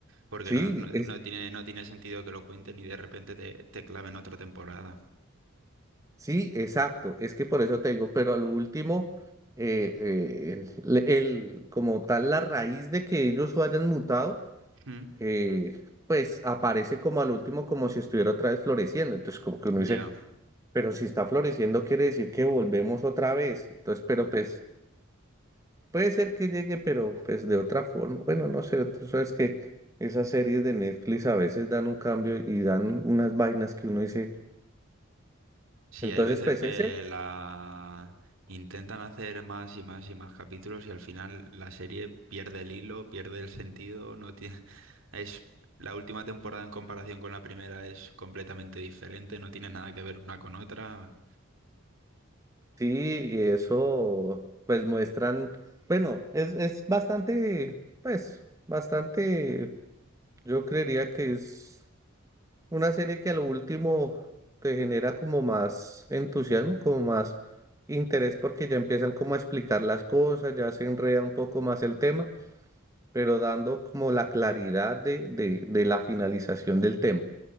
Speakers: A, on the right; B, on the right.
A: Porque
B: sí,
A: no, no, no tiene, no tiene sentido que lo cuenten y de repente te, te claven otra temporada.
B: Sí, exacto. Es que por eso te digo, pero al último, eh, eh, el, el- como tal, la raíz de que ellos hayan mutado,
A: Mm.
B: eh, pues aparece como al último, como si estuviera otra vez floreciendo. Entonces, como que uno
A: Ya.
B: dice, pero si está floreciendo, quiere decir que volvemos otra vez. Entonces, pero pues puede ser que llegue, pero pues de otra forma. Bueno, no sé, tú sabes que esas series de Netflix a veces dan un cambio y dan unas vainas que uno dice.
A: Sí,
B: Entonces,
A: hay veces
B: pues
A: que
B: ese.
A: la intentan hacer más y más y más capítulos y al final la serie pierde el hilo, pierde el sentido, no tiene <laughs> es la última temporada en comparación con la primera es completamente diferente, no tiene nada que ver una con otra.
B: Sí, y eso pues muestran, bueno, es, es bastante, pues, bastante, yo creería que es una serie que a lo último te genera como más entusiasmo, como más interés porque ya empiezan como a explicar las cosas, ya se enreda un poco más el tema, pero dando como la claridad de, de, de la finalización del tema.